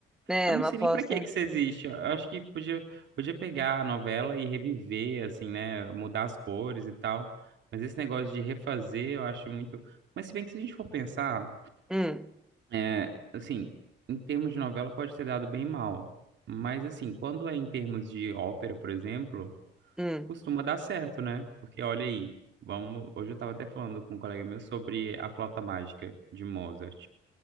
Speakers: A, in the centre; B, on the right.
A: né,
B: Eu não
A: é, uma
B: sei
A: aposta.
B: nem pra que que isso existe. Eu acho que podia, podia pegar a novela e reviver, assim, né? Mudar as cores e tal. Mas esse negócio de refazer, eu acho muito. Mas se bem que se a gente for pensar.
A: Hum,
B: É, assim, em termos de novela pode ter dado bem mal, mas assim, quando é em termos de ópera, por exemplo,
A: hum,
B: costuma dar certo, né? Porque olha aí, vamos, hoje eu estava até falando com um colega meu sobre A Flauta Mágica de Mozart.